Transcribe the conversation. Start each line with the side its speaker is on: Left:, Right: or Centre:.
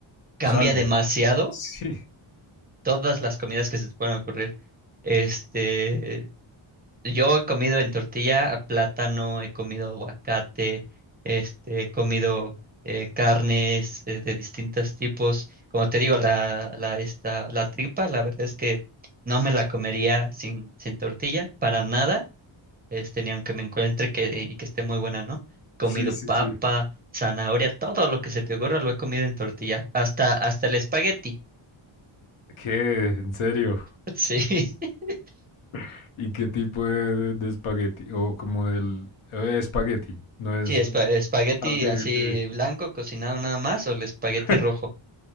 Right: cambia
Left: Salva.
Right: demasiado
Left: Sí,
Right: todas las comidas que se te pueden ocurrir. Este, yo he comido en tortilla a plátano, he comido aguacate, este, he comido eh, carnes eh, de distintos tipos. Como te digo, la, la, esta, la tripa, la verdad es que no me la comería sin, sin tortilla, para nada este, ni aunque me encuentre que, y que esté muy buena, ¿no? Comido
Left: sí, sí,
Right: papa,
Left: sí.
Right: zanahoria, todo lo que se te ocurra lo he comido en tortilla, hasta, hasta el espagueti.
Left: ¿Qué? ¿En serio?
Right: <laughs>
Left: <laughs> ¿Y qué tipo de, de- de espagueti? O como del... eh, espagueti. No es...
Right: Sí, sí, espa- espagueti
Left: Ah, ok, ok.
Right: así blanco, cocinado nada más, o el espagueti
Left: <laughs>
Right: rojo,